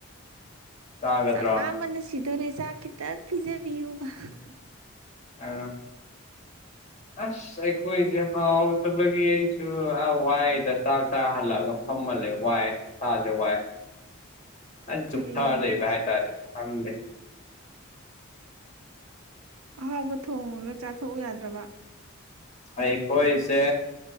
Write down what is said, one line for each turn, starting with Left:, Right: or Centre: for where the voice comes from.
Left: ꯆꯥꯒꯗ꯭ꯔꯣ
Right: ꯆꯥꯛ ꯂꯥꯝꯕꯅ ꯁꯤꯗꯣꯔꯦ ꯆꯥꯛ ꯈꯤꯇ ꯄꯤꯖꯕꯤꯌꯨ <unintelligible>
Left: ꯑ ꯑꯁ ꯑꯩꯈꯣꯏꯁꯦ ꯍꯥꯎꯗꯕꯒꯤ ꯑꯩꯁꯨ ꯋꯥꯏꯗ ꯆꯥꯛ ꯆꯥ ꯍꯜꯂꯛꯑꯒ ꯐꯝꯃꯜꯂꯦ ꯋꯥꯏ ꯁꯥꯁꯦ ꯋꯥꯏ ꯑꯩꯟ ꯆꯨꯞꯊꯔ
Right: ꯀꯔꯤꯅꯣ
Left: ꯂꯩꯕ
Right: ꯍꯥꯏꯁꯤꯕꯣ
Left: ꯍꯥꯏꯇꯥꯔꯦ ꯈꯪꯗꯦ
Right: ꯑꯍꯥꯎꯕ ꯊꯣꯡꯉꯒ ꯆꯥꯊꯣꯛꯎ ꯌꯥꯗ꯭ꯔꯕ
Left: ꯑꯩꯈꯣꯏ ꯁꯦ